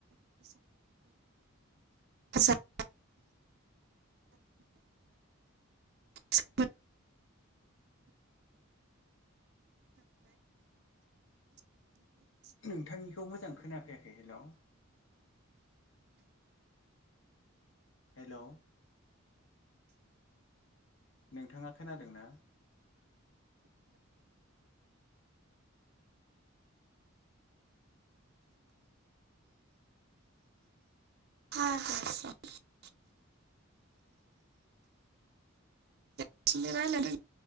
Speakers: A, on the right; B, on the left.
A: हासा <unintelligible> <unintelligible>
B: नोंथांनिखौ मोजां खोनाफैखै हेलौ। हेलौ नोंथाङा खोनादोंना?
A: <unintelligible> थिनो रायलायदों